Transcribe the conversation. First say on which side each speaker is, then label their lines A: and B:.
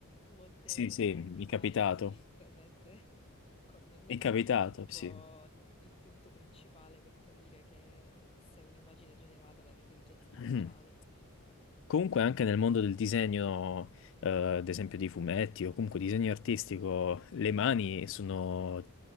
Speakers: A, on the left; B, on the left.
A: molte,
B: Sì, sì,
A: molte
B: mi
A: immagini
B: è capitato.
A: su internet <laughs> con le
B: Mi
A: mani
B: È capitato,
A: sono tipo
B: sì.
A: il punto principale per capire che se è un'immagine generata dall'intelligenza artificiale.
B: <clears throat> Comunque anche nel mondo del disegno, eh, ad esempio dei fumetti o comunque disegno artistico, le mani sono